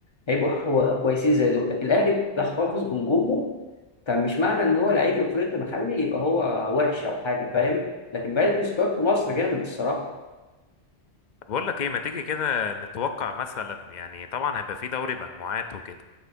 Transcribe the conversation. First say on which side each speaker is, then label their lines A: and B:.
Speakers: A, on the left (about 25°); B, on the left (about 50°).
A: هيبقوا حو- كويسين زي دول لكن الأهلي بيحتفظ بنجومه فمش معنى إن هو لعيب إفريقي محلي يبقى هو وحش أو حاجة فاهم لكن باقي السكواد في مصر جامد الصراحة
B: بقول لك ايه ما تيجي كده نتوقع مثلا يعني طبعا هيبقى في دوري مجموعات وكده